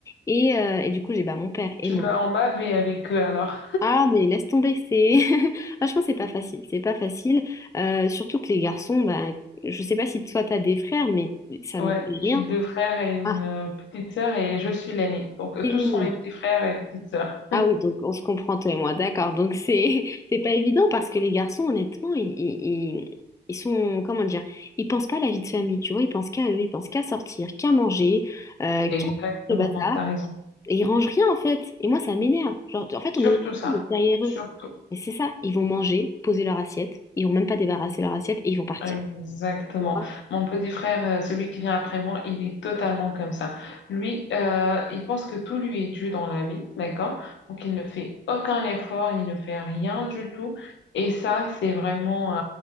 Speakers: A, on the left (about 15°); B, on the left (about 80°).
A: Et, euh, et du coup, j'ai bah, mon père et
B: Tu
A: moi.
B: dois en baver avec eux alors.
A: Ah, mais laisse tomber, c'est... <laughs> Franchement, c'est pas facile, c'est pas facile. Euh, surtout que les garçons, ben je sais pas si toi, t'as des frères, mais ça
B: Ouais,
A: ne fait
B: j'ai
A: rien.
B: deux frères et une
A: Ah,
B: euh, petite sœur et je suis l'aînée. Donc euh,
A: c'est
B: tous sont mes petits frères et petites sœurs.
A: Ah oui, donc on se comprend toi et moi, d'accord. Donc c'est <laughs> c'est pas évident parce que les garçons, honnêtement, ils, ils, ils- ils sont, comment dire, ils pensent pas à la vie de famille, tu vois, ils pensent qu'à eux, ils pensent qu'à sortir, qu'à manger, euh,
B: Exactement,
A: qu'à le bazar,
B: t'as raison.
A: et ils rangent rien en fait. Et moi, ça m'énerve. Genre, en fait,
B: Surtout
A: on est obligé
B: ça,
A: d'être derrière
B: surtout.
A: eux. Et c'est ça, ils vont manger, poser leur assiette, ils vont même pas débarrasser leur assiette et ils vont partir.
B: Exactement.
A: Tu vois?
B: Mon petit frère, euh, celui qui vient après moi, il est totalement comme ça. Lui, euh, il pense que tout lui est dû dans la vie, d'accord? Donc il ne fait aucun effort, il ne fait rien du tout. Et ça, c'est vraiment,